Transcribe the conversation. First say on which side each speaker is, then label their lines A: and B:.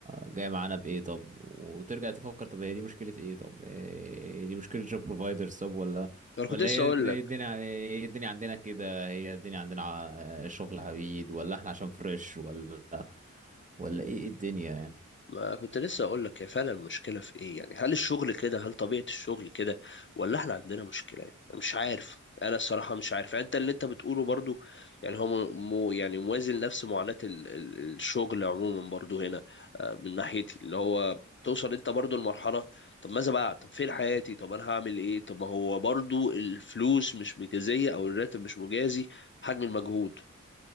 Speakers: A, on the right; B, on the left.
A: جاي معانا بايه طب وترجع تفكر طب هي دي مشكلة ايه طب إيه دي مشكلة جوب بروفايدرز طب ولا
B: انا كنت
A: ولا
B: لسه
A: هي
B: اقول
A: دي
B: لك
A: الدنيا هي الدنيا عندنا كده هي الدنيا عندنا ع- شغل عبيد ولا احنا عشان فريش ولا ولا ايه إيه الدنيا يعني
B: ما كنت لسه اقول لك هي فعلا المشكله في ايه يعني هل الشغل كده هل طبيعه الشغل كده ولا احنا عندنا مشكله يعني انا مش عارف انا الصراحه مش عارف يعني انت اللي انت بتقوله برضو يعني هو مو مو- يعني موازن نفس معاناه ال- ال- الشغل عموما برضو هنا آه، من ناحيتي اللي هو توصل انت برضو لمرحله طب ماذا بعد طب فين حياتي طب انا هعمل ايه طب ما هو برضو الفلوس مش مجازيه او الراتب مش مجازي حجم المجهود